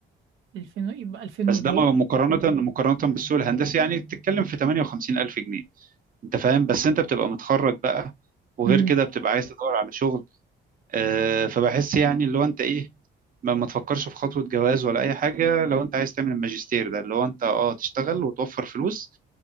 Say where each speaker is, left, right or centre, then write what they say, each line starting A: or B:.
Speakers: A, on the right (about 80°); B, on the right (about 45°).
A: 2000 يبقى 2004
B: بس ده م- مقارنة مقارنة بالسوق الهندسي يعني بتتكلم في 58 ألف جنيه أنت فاهم بس أنت بتبقى متخرج بقى وغير
A: امم
B: كده بتبقى عايز تدور على شغل آه، فبحس يعني اللي هو أنت إيه ما ما تفكرش في خطوة جواز ولا أي حاجة لو أنت عايز تعمل الماجستير ده اللي هو أنت أه تشتغل وتوفر فلوس